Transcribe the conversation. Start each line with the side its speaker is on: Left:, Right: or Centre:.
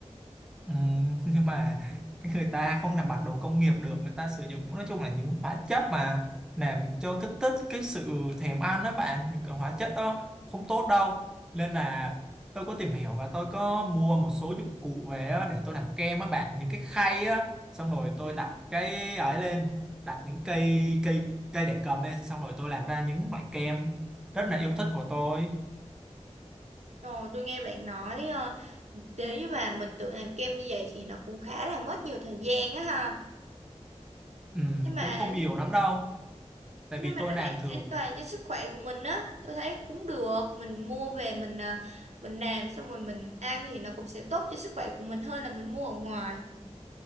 Centre: Ừ, <laughs> nhưng mà cái người ta không làm bằng đồ công nghiệp được người ta sử dụng nói chung là những hóa chất mà làm cho kích thích cái sự thèm ăn đó bạn những cái hóa chất đó không tốt đâu nên là tôi có tìm hiểu và tôi có mua một số dụng cụ về á, để tôi làm kem á bạn những cái khay á xong rồi tôi
Right: Ừ.
Centre: đặt cái ấy lên đặt những cây cây cây để cầm lên xong rồi tôi làm ra những loại kem rất là yêu thích của tôi
Right: rồi tôi nghe bạn nói ờ, nếu như mà mình tự làm kem như vậy thì nó cũng khá là mất nhiều thời gian á ha
Centre: ừ,
Right: nhưng mà
Centre: cũng không nhiều lắm đâu tại
Right: nhưng
Centre: vì
Right: mà
Centre: tôi
Right: nó
Centre: làm
Right: lại
Centre: thường
Right: an toàn cho sức khỏe của mình á tôi thấy cũng được mình mua về mình à, mình làm xong rồi mình ăn thì nó cũng sẽ tốt cho sức khỏe của mình hơn là mình mua ở ngoài